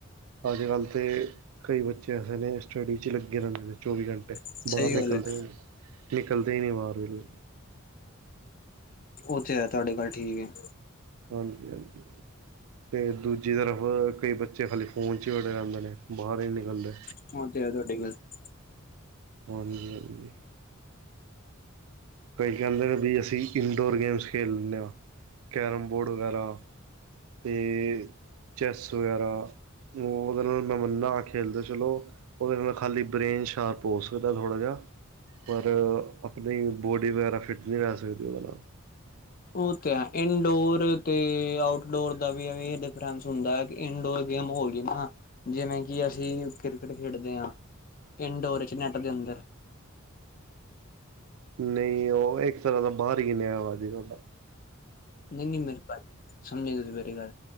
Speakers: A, on the right (about 80°); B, on the left (about 40°).
A: ਅੱਜ ਕੱਲ ਤੇ ਕਈ ਬੱਚੇ ਐਸੇ ਨੇ ਸਟੱਡੀ ਚ ਲ ਲੱਗੇ ਰਹਿੰਦੇ ਨੇ ਚੌਵੀ ਘੰਟੇ
B: ਸਹੀ
A: ਬਾਹਰ ਨਿਕਲਦੇ
B: ਗੱਲ ਹੈ
A: ਨਹੀ ਨਿਕਲਦੇ ਨਹੀ ਬਾਹਰ ਬਿਲ
B: ਉਹ ਤੇ ਹੈ ਤੁਹਾਡੀ ਗਲ ਠੀਕ ਹੈ।
A: ਹਾਂਜੀ-ਹਾਂਜੀ। ਤੇ ਦੂਜੀ ਤਰਫ ਕਈ ਬੱਚੇ ਖਾਲੀ ਫ਼ੋਨ ਚ ਬੜੇ ਰਹਿੰਦੇ ਰਹਦੇ ਨੇ ਬਾਹਰ ਹੀ ਨੀ ਨਿਕਲਦੇ।
B: <unintelligible>
A: ਹਾਂਜੀ-ਹਾਂਜੀ। ਕਈ ਕਹਿੰਦੇ ਨੇ ਵੀ ਅਸੀਂ ਇਨਡੋਰ ਗੇਮਸ ਖੇਲ ਲੈਨੇ ਆ ਕੈਰਮ ਬੋਰਡ ਵਗੈਰਾ। ਤੇ ਚੈੱਸ ਵਗੈਰਾ ਉਹਦੇ ਨਾਲ ਮੈਂ ਮੰਨਨਾ ਖੇਡਦੇ ਚਲੋ ਉਹਦੇ ਨਾਲ ਖਾਲੀ ਬ੍ਰੇਨ ਸ਼ਾਰਪ ਹੋ ਸਕਦਾ ਥੋੜ੍ਹਾ ਜਿਹਾ। ਪਰ ਆਪਣੀ ਬੋਡੀ ਵਗੈਰਾ ਫਿੱਟ ਨੀ ਰਹ ਸਕਦੀ ਉਹਦੇ ਨਾਲ।
B: ਉਹ ਤੇ ਹੈ ਇਨਡੋਰ ਤੇ ਆਊਟਡੋਰ ਦਾ ਵੀ ਇਹ ਡਿਫਰੈਂਸ ਹੁੰਦਾ ਹੈ। ਇਨਡੋਰ ਗੇਮ ਹੋ ਗਈ ਨਾ ਜਿਵੇਂ ਕਿ ਅਸੀਂ ਕ੍ਰਿਕਟ ਖੇਡਦੇ ਹਾਂ। ਇੰਡੋਰ ਵਿਚ ਨੈੱਟ ਦੇ ਅੰਦਰ
A: ਨਹੀਂ ਉਹ ਇੱਕ ਤਰ੍ਹਾਂ ਦਾ ਬਾਹਰ ਹੀ ਨ ਆਇਆ ਵਾਜੀ ਸਾਡਾ।
B: ਨਹੀ-ਨਹੀ <unintelligible> ਸਮਝੇ ਨੀ ਤੁਸੀਂ ਮੇਰੀ ਗੱਲ।